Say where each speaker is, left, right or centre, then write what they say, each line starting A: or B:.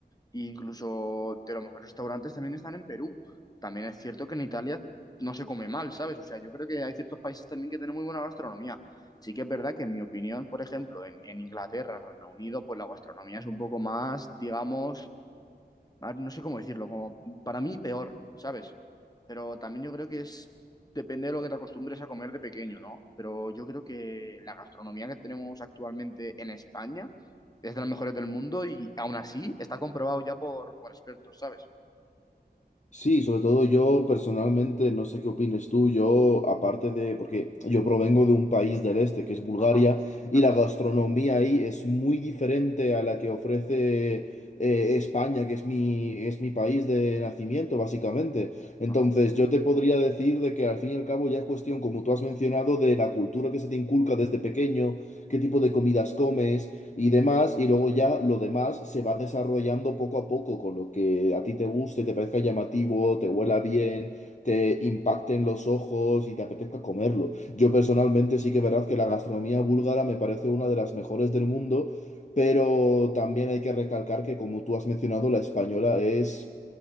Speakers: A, on the left; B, on the left.
A: y incluso de los mejores restaurantes también están en Perú. También es cierto que en Italia no se come mal, ¿sabes? O sea, yo creo que hay ciertos países también que tienen muy buena gastronomía. Sí que es verdad que en mi opinión, por ejemplo, en, en Inglaterra, en Reino Unido, pues la gastronomía es un poco más, digamos, ah, no sé cómo decirlo, como para mí peor, ¿sabes? Pero también yo creo que es, depende de lo que te acostumbres a comer de pequeño, ¿no? Pero yo creo que la gastronomía que tenemos actualmente en España es de las mejores del mundo y aún así está comprobado ya por, por expertos, ¿sabes?
B: Sí, sobre todo yo personalmente, no sé qué opines tú, yo aparte de, porque yo provengo de un país del este que es Bulgaria
A: Ajá, ajá,
B: y la gastronomía ahí es muy diferente a la que ofrece eh, España, que es mi, es mi país de nacimiento básicamente. Entonces
A: ajá,
B: yo te podría decir de que al fin y al cabo ya es cuestión, como tú has mencionado, de la cultura que se te inculca desde pequeño, qué tipo de comidas comes y demás, y luego ya lo demás se va desarrollando poco a poco con lo que a ti te guste, te parezca llamativo, te huela bien, te impacte en los ojos y te apetezca comerlo. Yo personalmente sí que es verdad que la gastronomía búlgara me parece una de las mejores del mundo, pero también hay que recalcar que como tú has mencionado, la española es